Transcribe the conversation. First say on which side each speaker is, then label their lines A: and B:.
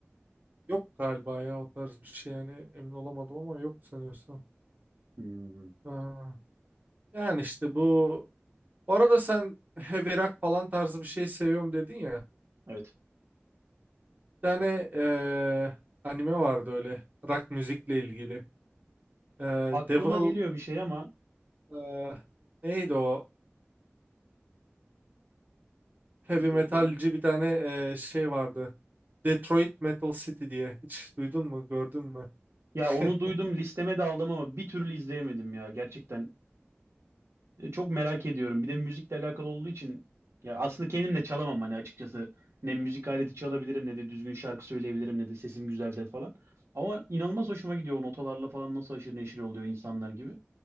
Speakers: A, on the right; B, on the right.
A: Yok galiba ya o tarz bir şey yani emin olamadım ama yok sanıyorsam.
B: Hmm,
A: Aa, yani işte bu. Bu arada sen heavy rock falan tarzı bir şey seviyorum dedin ya.
B: evet.
A: Bir tane eee, anime vardı öyle rock müzikle ilgili. Eee,
B: Aklıma
A: Devil
B: geliyor bir şey ama
A: eee, neydi o? Heavy
B: Devil-
A: metalci bir tane eee, şey vardı. Detroit Metal City diye. Hiç duydun mu, gördün mü?
B: ya
A: <laughs>
B: onu duydum listeme de aldım ama bir türlü izleyemedim ya gerçekten. E, Çok merak ediyorum. Bir de müzikle alakalı olduğu için ya aslında kendim de çalamam hani açıkçası. Ne müzik aleti çalabilirim ne de düzgün şarkı söyleyebilirim ne de sesim güzeldir falan. Ama inanılmaz hoşuma gidiyor o notalarla falan nasıl haşır neşir oluyor insanlar gibi.